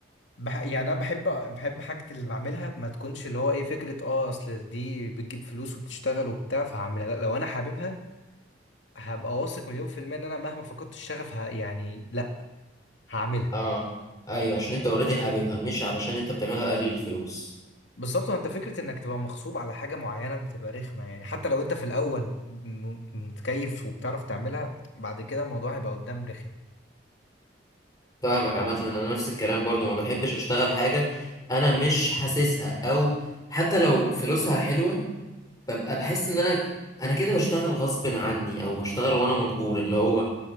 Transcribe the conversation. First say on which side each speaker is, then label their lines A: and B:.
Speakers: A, on the left; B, on the left.
A: بح... يعني انا بحب بحب حاجة اللي بعملها ما تكونش اللي هو ايه فكرة اه اصل دي بتجيب فلوس وبتشتغل وبتاع فهعملها لا لو انا حاببها هبقى واثق مليون في المية ان انا مهما فقدت الشغف ه... يعني لا هعملها
B: اه ايوه عشان انت اوريدي حاببها مش علشان انت بتعملها لاجل الفلوس
A: بالظبط انت فكره انك تبقى مغصوب على حاجه معينه بتبقى رخمه يعني حتى لو انت في الاول م- م- متكيف وبتعرف تعملها بعد كده الموضوع هيبقى قدام رخم
B: فاهمك عامة ان انا نفس الكلام برضو ما بحبش اشتغل حاجة انا مش حاسسها او حتى لو فلوسها حلوة ببقى بحس ان انا انا كده بشتغل غصب عني او بشتغل وانا مجبور اللي هو